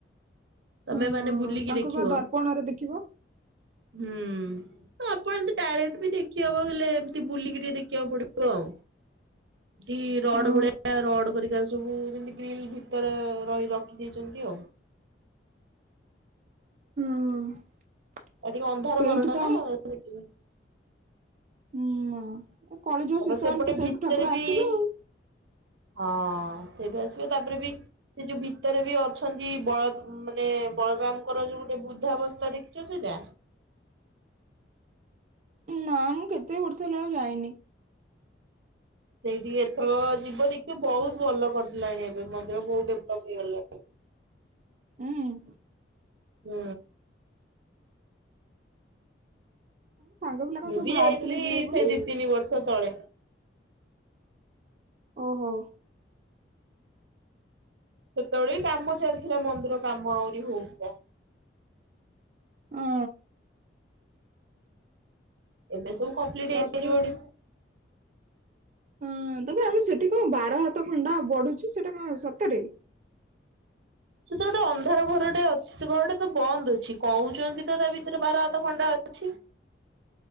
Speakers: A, on the right; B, on the right.
A: ତମେ
B: ହଁ
A: ମାନେ ବୁଲିକି
B: ତାଙ୍କୁ
A: ଦେଖିବ
B: ବା ଦର୍ପଣରେ ଦେଖିବ
A: ହୁଁ। ଆପଣ ଏମିତି ଡାଇରେକ୍ଟ ବି ଦେଖି ହବ ହେଲେ ଏମିତି ବୁଲିକି ଟିକେ ଦେଖିବାକୁ ପଡିବ ଆଉ। ଏମତି ରଡ
B: ଅଁ
A: ଭଳିଆ ରଡ କରିକା ସବୁ ଯେମତି ଗ୍ରିଲ ଭିତରେ ରହି ରଖି ଦେଇଛନ୍ତି ଆଉ।
B: ହୁଁ।
A: ଆଉ ଟିକେ ଅନ୍ଧାର
B: ସେଇଠି
A: ଘର ଟା
B: ତ
A: ନା ସେଇଥି ପାଇଁ।
B: ହୁଁ ମ କଳି ଯୁଗ
A: ତାପରେ
B: ଶେଷ
A: ସେପଟେ
B: ହେଲେ ତ ସେଇଠୁ
A: ଭିତରେ
B: ଠାକୁର ଆସିବେ
A: ବି
B: ଆଉ।
A: ହଁ ସେଇଠୁ ଆସିବ ତାପରେ ବି ସେ ଯୋଉ ଭିତରେ ବି ଅଛନ୍ତି ବଳ ମାନେ ବଳରାମଙ୍କର ଯୋଉ ଗୋଟେ ବୃଦ୍ଧାବସ୍ଥା ଦେଖିଛ ସେଇଟା?
B: ନା ମୁଁ କେତେ ବର୍ଷ ହେଲା ଆଉ ଯାଇନି।
A: ସେଇଠିକି ଏଥର ଯିବ ଦେଖିବ ବହୁତ ଭଲ କରିଦଲାଣି ଏବେ ମନ୍ଦିର ବୋହୁତ ଡେଭଲପ ହେଇଗଲାଣି।
B: <inaudible> ଉଁ
A: ହୁଁ।
B: ସାଙ୍ଗ ପିଲା କଣ
A: ମୁଁ
B: ସବୁ
A: ବି
B: ବାହାରି
A: ଯାଇଥିଲି
B: ଥିଲେ ଯିବେ ବୋଲି
A: ସେଇ ଦି ତିନି ବର୍ଷ ତଳେ।
B: ଓହୋ।
A: ସେତେବେଳେ ବି କାମ ଚାଲିଥିଲା ମନ୍ଦିର କାମ ଆହୁରି ହଉଥିଲା।
B: ଅଁ।
A: ଏବେ ସବୁ କମ୍ପ୍ଲିଟ
B: ତାପରେ
A: ହେଇ ଯିବଣି।
B: ହଁ ତପରେ ଆମ ସେଠି କଣ ବାର ହାତ ଖଣ୍ଡା ବଢୁଛି ସେଟା କଣ ସତରେ?
A: ସେଥିରେ ଗୋଟେ ଅନ୍ଧାର ଘରଟେ ଅଛି। ସେ ଘରଟା ତ ବନ୍ଦ ଅଛି। କହୁଛନ୍ତି ତ ତା ଭିତରେ ବାର ହାତ ଖଣ୍ଡା ଣ୍ଡା ଅଛି।